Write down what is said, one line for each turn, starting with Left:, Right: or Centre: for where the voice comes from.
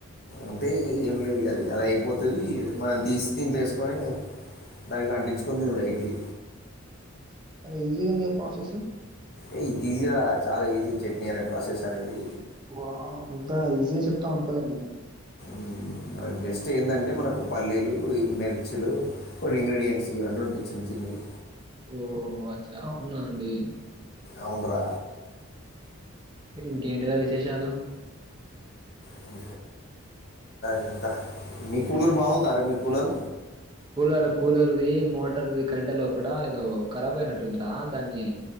Left: అంతే ఇగ ఏం లేదులే అది అది అయిపోతుది మనం తీసి దీంట్లో వేసుకొని దాన్ని అంటించుకొని తినుడే ఇట్లీ
Right: చాలా ఈజీగుంది గా ప్రాసెస్
Left: ఏ ఇది ఈజీరా చాలా ఈజీ చట్నీ అనే ప్రాసెస్ అనేది
Right: వావ్ ఇంత ఈజీగా చెప్తావు అనుకోలే నేను
Left: ఉమ్ అది జస్ట్ ఏందంటే మనకు పల్లీలు మిర్చులు కొన్ని ఇంగ్రీడియంట్స్ ఇవన్నీ ఉంటాయి చిన్న చిన్నయి
Right: ఓహో అచ్చా అవునా అండి
Left: అవునురా
Right: ఇంకేంటి రా విశేషాలు
Left: <inaudible> చెప్తా మీ కూలర్ బావుందారా మీ కూలరు
Right: కూలర్ కూలర్ది మోటర్ది కడ్డ లోపట ఏదో ఖరాబ్ అయినట్టుందిరా దాన్ని